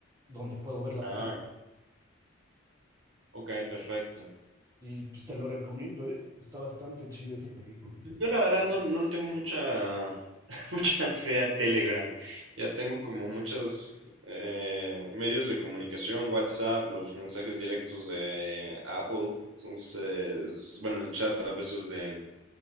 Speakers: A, on the right; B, on the right.
A: donde puedo ver la
B: Ah,
A: película.
B: ok, perfecto.
A: Y pues te lo recomiendo, ¿eh? Está bastante chida esa película.
B: Yo la verdad no, no le tengo mucha, <laughs> mucha fe a Telegram. Ya tengo como muchos eh, medios de comunicación, WhatsApp, los mensajes directos de Apple. Entonces, bueno, el chat a veces de,